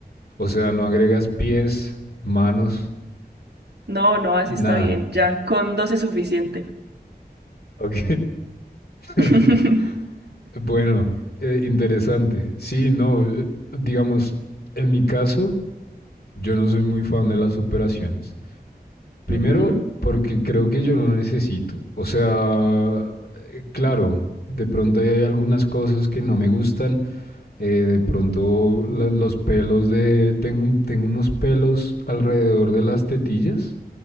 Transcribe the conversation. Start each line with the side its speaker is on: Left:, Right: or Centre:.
Left: O sea, no agregas pies, manos,
Right: No, no, así
Left: nada.
Right: está bien. Ya, con dos es suficiente.
Left: Ok. <laughs>
Right: <laughs>
Left: Bueno, eh, interesante. Sí, no, eh, digamos, en mi caso, yo no soy muy fan de las operaciones. Primero,
Right: Ujú,
Left: porque creo que yo no necesito. O sea, eh, claro, de pronto hay algunas cosas que no me gustan. eh, de pronto la- los pelos de... Tengo, un- tengo unos pelos alrededor de las tetillas.